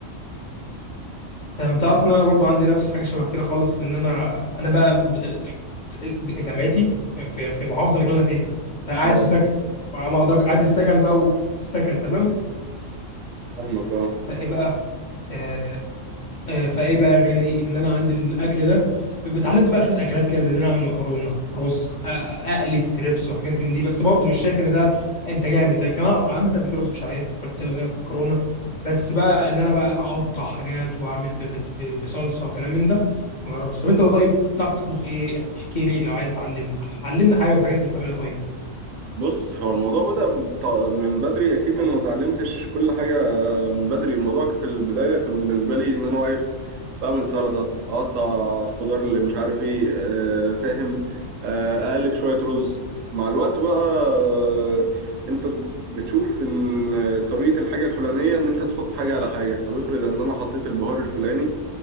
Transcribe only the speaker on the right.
أه
فاهمك أه
بص هو الموضوع بدأ بط- من بدري أكيد أنا ما اتعلمتش كل حاجة من بدري الموضوع كان في البداية كان بالنسبة لي إن أنا واقف بعمل سلطة أقطع خضار اللي مش عارف إيه آه، فاهم آه، أقلب شوية رز مع الوقت بقى آه، أنت بتشوف إن طريقة الحاجة الفلانية إن أنت تحط حاجة على حاجة طب افرض إن أنا حطيت البهار الفلاني